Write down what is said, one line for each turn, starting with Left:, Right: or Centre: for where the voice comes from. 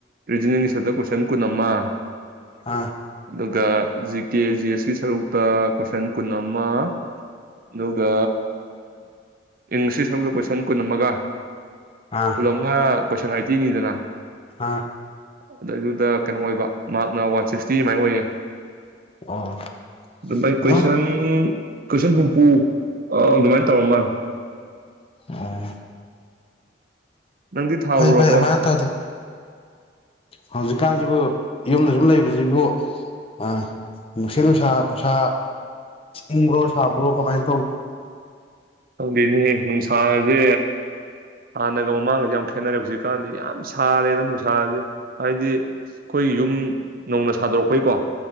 Right: ꯔꯤꯖꯅꯤꯡꯒꯤ ꯁꯔꯨꯛꯇ ꯀꯣꯏꯁꯟ ꯀꯨꯟ ꯑꯃ
Left: ꯑꯥ
Right: ꯑꯗꯨꯒ ꯖꯤ ꯀꯦ ꯖꯤ ꯑꯦꯁ ꯁꯔꯨꯛꯇ ꯀꯣꯏꯁꯟ ꯀꯨꯟ ꯑꯃ ꯑꯗꯨꯒ ꯏꯪꯂꯤꯁꯀꯤ ꯁꯔꯨꯛꯇ ꯀꯣꯏꯁꯜ ꯁꯟ ꯀꯨꯟ ꯑꯃꯒ
Left: ꯑꯥ
Right: ꯄꯨꯂꯞꯅ ꯀꯣꯏꯁꯜ ꯇꯅꯤꯗꯅ
Left: ꯑꯥ
Right: ꯑꯗꯨꯗꯩꯗꯨꯗ ꯀꯩꯅꯣ ꯑꯣꯏꯕ ꯃꯥꯛꯅ ꯋꯥꯟ ꯁꯤꯛꯁꯇꯤ ꯑꯗꯨꯃꯥꯏꯅ ꯑꯣꯏꯌꯦ
Left: ꯑꯣ
Right: ꯑꯗꯨꯥꯏ
Left: ꯑꯗꯨꯝ
Right: ꯀ꯭ꯋꯣꯏꯁꯟ ꯀꯣꯏꯁꯟ ꯍꯨꯝꯐꯨ ꯑꯗꯨꯃꯥꯏꯅ ꯇꯧꯔ ꯃꯥꯜꯂꯦ
Left: ꯑꯣ
Right: ꯅꯪꯗꯤ ꯊꯥꯔꯨꯔꯕꯣ
Left: ꯐꯩ ꯐꯩ ꯑꯗꯨꯃꯥꯏ ꯑꯣꯏ ꯇꯥꯗꯤ ꯍꯧ ꯍꯧꯖꯤꯛ ꯀꯥꯟꯁꯤꯕꯨ ꯌꯨꯝꯗ ꯁꯨꯝ ꯂꯩꯕꯁꯤꯕꯨ ꯑꯥ ꯅꯨꯡꯁꯤꯠ ꯅꯨꯡꯁꯥ ꯅꯨꯡꯁꯥ ꯏꯪꯕ꯭ꯔꯣ ꯁꯥꯕ꯭ꯔꯣ ꯀꯝꯃꯥꯏꯅ
Right: ꯈꯪꯗꯦꯅꯦ ꯅꯨꯡꯁꯤ ꯅꯨꯡꯁꯥꯁꯦ ꯍꯥꯟꯅꯒ ꯃꯃꯥꯡꯒꯁꯦ ꯌꯥꯝ ꯈꯦꯠꯅꯔꯦ ꯍꯧꯖꯤꯛꯀꯥꯟꯗꯤ ꯌꯥꯝ ꯁꯥꯔꯦꯗ ꯅꯨꯡꯁꯥꯖꯦ ꯍꯥꯏꯗꯤ ꯑꯩꯈꯣꯏ ꯌꯨꯝ ꯅꯧꯅ ꯁꯥꯗꯣꯔꯛꯄꯩꯀꯣ